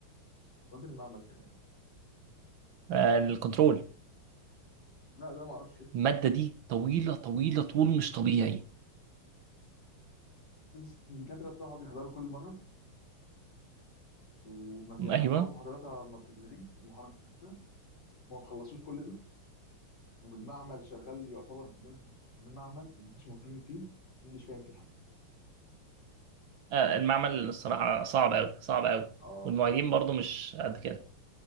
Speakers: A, on the left; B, on the right.
A: فاضل المعمل كمان
B: آه الكنترول
A: لا ده ما اعرفش احنا
B: الماده دي طويله طويله طول مش طبيعي
A: بس الدكاترة بتوعها بيحضروا كل مرة وما يعني
B: ايوه
A: يعتبر محاضراتها ما بتتلغي المحاضرة بتاعتها وما بخلصوش كل ده والمعمل شغال يعتبر بجد ده معمل اللي محدش مهتم فيه محدش فاهم فيه حاجة
B: آه، المعمل الصراحة صعب أوي صعب أوي
A: اه
B: والمعيدين برضو مش قد كده